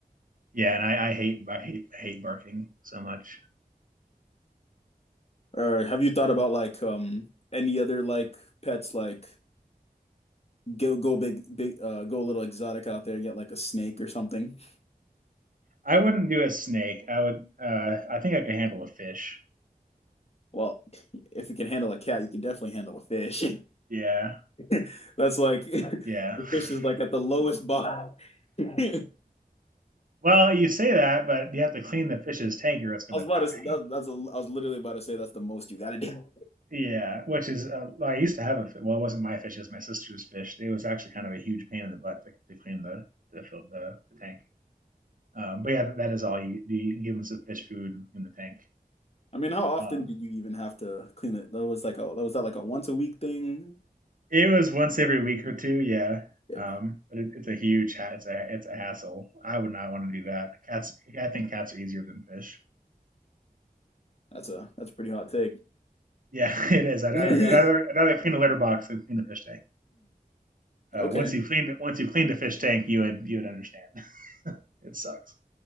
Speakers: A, on the right; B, on the left.
A: Yeah, and I, I hate I hate hate barking so much.
B: Or have you thought about like um any other like pets like go go big big uh go a little exotic out there get like a snake or something?
A: I wouldn't do a snake. I would. Uh, I think I could handle a fish.
B: Well, if you can handle a cat, you can definitely handle a fish.
A: Yeah,
B: <laughs> That's like <laughs> a
A: yeah. <laughs>
B: fish is like at the lowest bottom. <laughs> I
A: Well, you say that, but you have to clean the fish's tank or it's going
B: was
A: to
B: about
A: die.
B: to say, that, that's a, I was literally about to say that's the most you gotta do.
A: Yeah, which is uh, I used to have a fi- well, it wasn't my fish; it was my sister's fish. It was actually kind of a huge pain in the butt to, to clean the the, fill, the the tank. Um, but yeah, that is all you do. You give them some fish food in the tank.
B: I mean, how often
A: Um,
B: did you even have to clean it? That was like a that was that like a once a week thing?
A: it was once every week or two, yeah.
B: Yeah,
A: Um, but it, it's a huge ha- it's a it's a hassle. I would not want to do that. Cats, I think cats are easier than fish.
B: that's a that's a pretty hot take.
A: Yeah, <laughs> it is. I'd
B: <laughs>
A: rather I'd rather, I'd rather clean the litter box than clean the fish tank. Uh,
B: Okay.
A: once you cleaned once you clean the fish tank, you would you would understand. <laughs> It sucks.